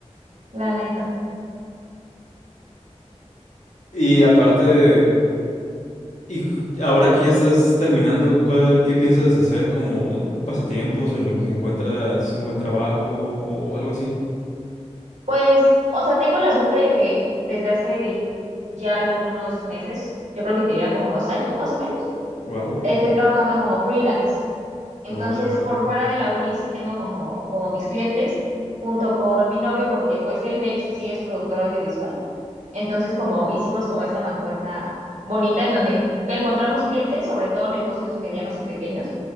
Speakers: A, on the right; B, on the left.
A: La neta.
B: Y aparte, y ahora que ya estás terminando, ¿cuál- ¿qué piensas hacer como pasatiempos en lo que encuentras un buen trabajo o algo así?
A: Pues, o sea, tengo la suerte de que desde hace ya algunos meses, yo creo que te diría como dos años más o menos,
B: Wow.
A: estoy trabajando como freelance. Entonces,
B: Oh, ya veo.
A: por fuera de la uni sí tengo como, como mis clientes, junto con mi novio, porque pues él de hecho sí es productor audiovisual. Entonces, como hicimos como esta mancuerna bonita en donde en- encontramos clientes, sobre todo negocios medianos y pequeños,